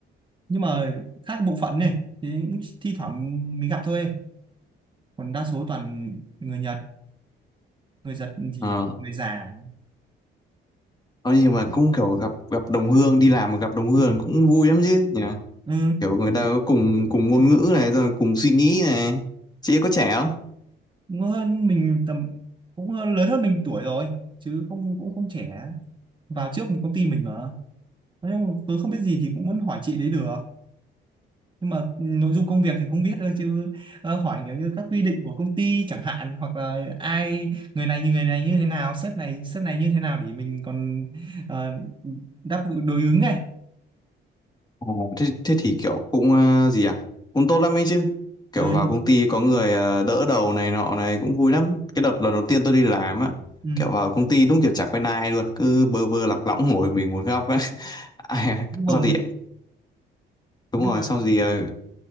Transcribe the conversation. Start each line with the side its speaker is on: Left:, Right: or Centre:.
Right: nhưng mà khác bộ phận này thì cũng thi thoảng mới gặp thôi còn đa số toàn người Nhật người Nhật thì
Left: Ờ,
Right: người già
Left: nói nhưng mà cũng kiểu gặp gặp đồng hương đi làm mà gặp đồng hương cũng vui lắm chứ nhỉ?
Right: ừ,
Left: kiểu người ta có cùng cùng ngôn ngữ này rồi cùng suy nghĩ này chị ấy có trẻ không
Right: cũng hơn mình tầm cũng ờ, lớn hơn mình tuổi rồi chứ không cũng không trẻ vào trước một công ty mình mà nhưng cứ không biết gì thì cũng vẫn hỏi chị đấy được nhưng mà nội dung công việc thì không biết thôi chứ ờ, hỏi kiểu như các quy định của công ty chẳng hạn hoặc là ai người này như người này như thế nào sếp này sếp này như thế nào để mình còn ờ, đáp đối ứng này
Left: Ồ, thế thế thì kiểu cũng ờ, gì à cũng tốt lắm ấy chứ kiểu
Right: ừ,
Left: vào công ty có người ờ, đỡ đầu này nọ này cũng vui lắm cái đợt lần đầu tiên tôi đi làm á
Right: ừ.
Left: kiểu vào công ty đúng kiểu chả quen ai luôn cứ bơ vơ lạc lõng ngồi mình một góc ấy <laughs> Ai-
Right: nhưng mà
Left: sao thì đúng
Right: nhưng
Left: rồi
Right: mà
Left: xong gì ờ,